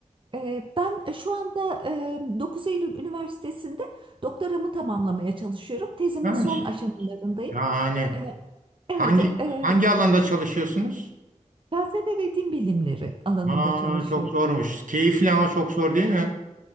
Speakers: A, on the right; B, on the right.
A: Ee, Ben e, şu anda e, 9 Eylül Üniversitesi'nde doktoramı tamamlamaya çalışıyorum. Tezimin
B: Ha,
A: son aşamalarındayım.
B: Yani
A: Ee, Evet,
B: hangi
A: e,
B: hangi alanda çalışıyorsunuz?
A: felsefe ve din bilimleri alanında
B: Aa,
A: çalışıyorum.
B: çok zormuş. Keyifli ama çok zor değil mi?